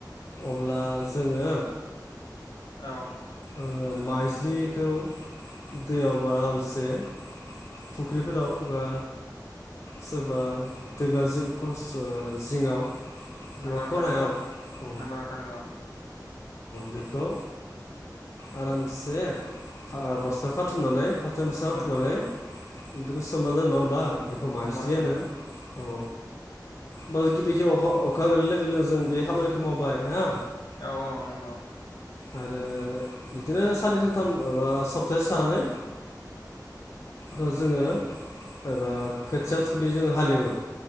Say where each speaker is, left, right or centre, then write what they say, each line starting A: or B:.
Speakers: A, on the left; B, on the left.
A: अब्ला जोङो
B: औ।
A: ओ माइज्लिखौ दैयावबो आरामसे फुख्रिफोराव एबा सोरबा दैमा जिंकस ओ जिङाव
B: नंगौ
A: एबा
B: नोंथां
A: खनायाव
B: नंगौ
A: औ
B: नंगौ नोंथां नंगौ।
A: बेखौ आरामसे बस्थायाव खाथुमनानै फाथो बस्थायाव
B: नंगौ
A: खाथुमनानै
B: नंगौ
A: बेखौ सोमना दोनो नङा होमबा बेखौ माइज्लि
B: नंगौ नोंथां
A: होनो
B: नंगौ
A: औ। बा गिबिखिबि अखा अखा <unintelligible> गिबि खेब अखा गोग्लैनाय लोगो लोगो जों बे खामानिखौ मावबाय हा
B: औ औ नंगौ।
A: आरो बिदिनो साननै सानथाम माबा सप्तासे थानानै दा जोङो रा खोथिया थुलि जों हालेवो।